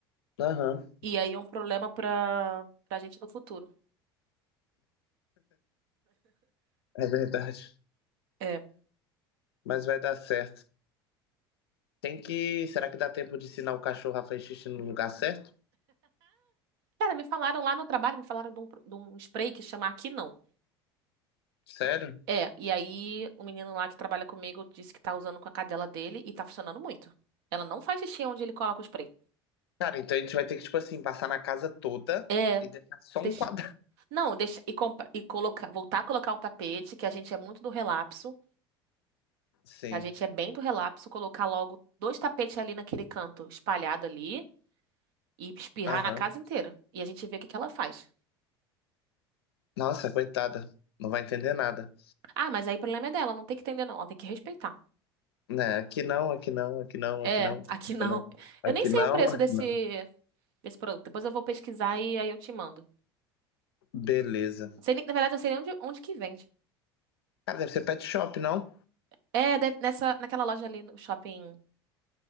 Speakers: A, on the left; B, on the right.
A: Aham.
B: E aí é um problema pra, pra gente no futuro.
A: É verdade.
B: É.
A: Mas vai dar certo. Tem que. Será que dá tempo de ensinar o cachorro a fazer xixi no lugar certo?
B: Cara, me falaram lá no trabalho, me falaram de um, de um spray que chama Aqui Não.
A: Sério?
B: É, e aí o menino lá que trabalha comigo disse que tá usando com a cadela dele e tá funcionando muito. Ela não faz xixi onde ele coloca o spray.
A: Cara, então a gente vai ter que, tipo assim, passar na casa toda
B: É,
A: e deixar só
B: deixa,
A: um quadrado.
B: não, deixa e, compra, e coloca, voltar a colocar o tapete, que a gente é muito do relapso.
A: Sim.
B: A gente é bem do relapso colocar logo dois tapetes ali naquele canto espalhado ali e espirrar
A: Aham.
B: na casa inteira. E a gente vê o que que ela faz.
A: Nossa, coitada. Não vai entender nada.
B: Ah, mas aí o problema é dela, não tem que entender não, ela tem que respeitar.
A: Né? Aqui não, aqui não, aqui não,
B: É,
A: aqui não, aqui
B: aqui não.
A: não,
B: Eu
A: aqui
B: nem sei
A: não,
B: o preço
A: aqui
B: desse,
A: não.
B: desse produto. Depois eu vou pesquisar e aí eu te mando.
A: Beleza.
B: Não sei nem- na verdade, eu não sei nem onde, onde que vende.
A: Cara, deve ser pet shop, não?
B: É, deve- nessa, naquela loja ali no shopping